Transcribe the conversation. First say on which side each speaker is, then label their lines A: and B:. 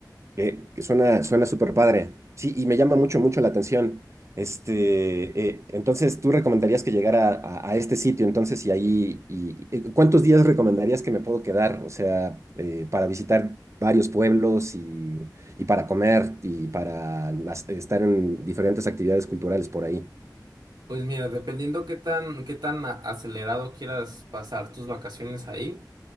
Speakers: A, on the right; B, on the right.
A: Que, que suena, suena súper padre. Sí, y me llama mucho, mucho la atención. Este, eh, entonces, tú recomendarías que llegara a, a este sitio, entonces, y ahí, y, y ¿cuántos días recomendarías que me puedo quedar? O sea, eh, para visitar varios pueblos y, y para comer y para las- estar en diferentes actividades culturales por ahí.
B: Pues mira, dependiendo qué tan, qué tan a- acelerado quieras pasar tus vacaciones ahí,